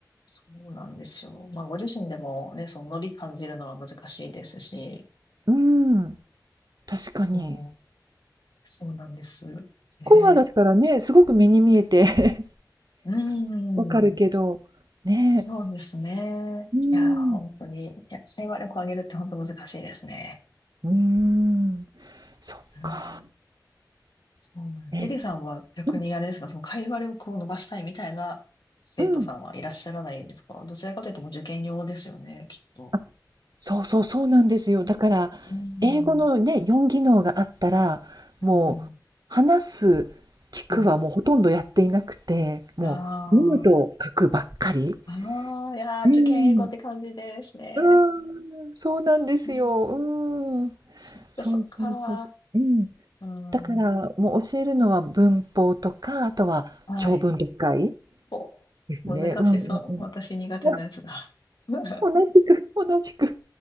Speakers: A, on the left; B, on the right.
A: そうなんですよ。まあ、ご自身でもね、そのノリ感じるのは難しいですし、
B: うーん、確かに。
A: そう、そうなんです。
B: スコアだったらね、
A: ね。
B: すごく目に見えて
A: うん。
B: <laughs> わかるけど、ね、
A: そうですね。
B: うーん、
A: いや、本当に、いや、社員話力を上げるって本当難しいですね。
B: うーん、そっか。
A: うん、そうなんです。
B: え、
A: エリさんは逆にあれですが、
B: うん、
A: その会話力を伸ばしたいみたいな生徒さんはいらっしゃらないんですかどちらかというともう受験用ですよね、
B: うん。
A: きっと。
B: あ、そうそうそうなんですよ。だから、
A: うん、
B: 英語のね、4技能があったら、
A: うん、
B: もう、
A: うん、
B: 話す、聞くはもうほとんどやっていなくて、
A: うん。
B: もう、
A: あ
B: 読むと書くばっかり。
A: あ、ああ、いやー、
B: うん
A: 受験英語って感じですね。
B: うーん、そうなんですよ。
A: うん、
B: うーん。
A: そっか、
B: そうそうそう。
A: そっか。
B: うん。
A: う
B: だから、
A: ん、
B: もう教えるのは文法とか、あとは長文読解
A: はい。お、
B: ですね。
A: 難しそう。
B: うんうんうん。
A: 私苦手なやつだ。
B: <laughs> あ、
A: <laughs>
B: 同じく、同じく。